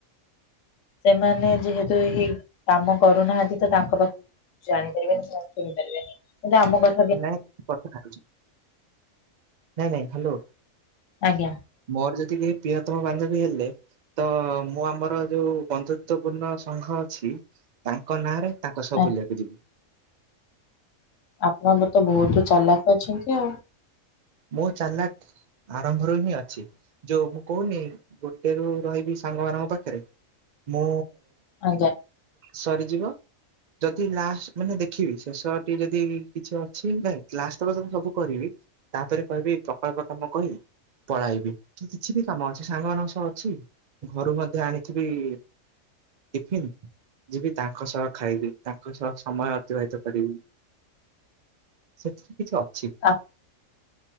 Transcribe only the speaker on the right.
ନାଇଁ କଥା ହେଉଚି ନାଇଁ ନାଇଁ ହ୍ୟାଲୋ
ମୋର ଜେତିକି ପ୍ରିୟତମ ବାନ୍ଧବୀ ହେଲେ ତ ମୁଁ ଆମର ଯୋଉ ବନ୍ଧୁତ୍ୱପୂର୍ଣ୍ଣ ସଂଘ ଅଛି ତାଙ୍କ ନାଁରେ ତାଙ୍କ ସହ
ବୁଲିବାକୁ ଯିବି।
ମୁଁ ଚାଲାକ ଆରମ୍ଭରୁ ହିଁ ଅଛି ଯୋଉ ମୁଁ କହୁନି ଗୋଟେ ରୁ ରହିବି ସାଙ୍ଗ ମାନଙ୍କ ପାଖରେ ମୁଁ
ସରିଯିବ ଯଦି ଲାଷ୍ଟ ମାନେ ଦେଖିବି ଶେଷ ଟି ଯଦି କିଛି ଅଛି ନା କ୍ଲାସ ତକ ସବୁ କରିବି। ତାପରେ କହିବି ପ୍ରକଳ୍ପ କାମ କହି ପଳାଇବି କି କିଛି ବି କାମ ଅଛି ସାଙ୍ଗମାନାନଙ୍କ ସହ ଅଛି ଘରୁ ମଧ୍ୟ ଆଣିଥିବି ଟିଫିନ- ଯିବି ତାଙ୍କ ସହ ଖାଇବି। ତାଙ୍କ ସହ ସମୟ ଅତିବାହିତ କରିବି। ସେଥିରେ କିଛି ଅଛି?